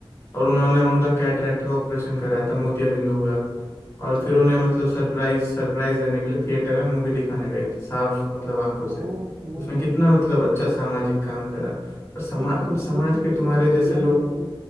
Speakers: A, on the left; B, on the right.
A: और उन्होंने उनका कैटरेक्ट का ऑपरेशन कराया था मोतियाबिंद हो गया। और
B: अच्छा
A: फिर उन्हें
B: अच्छा
A: मतलब सरप्राइज सरप्राइज देने के लिए थिएटर में मूवी दिखाने गए थे साफ मतलब आंखों से
B: ओहो
A: उसने कितना मतलब
B: तो,
A: अच्छा सामाजिक काम करा और समा
B: तो यार
A: कुछ समाज
B: ये चीज
A: के
B: उसने
A: तुम्हारे
B: जब
A: जैसे
B: किया
A: लोग
B: ना भाई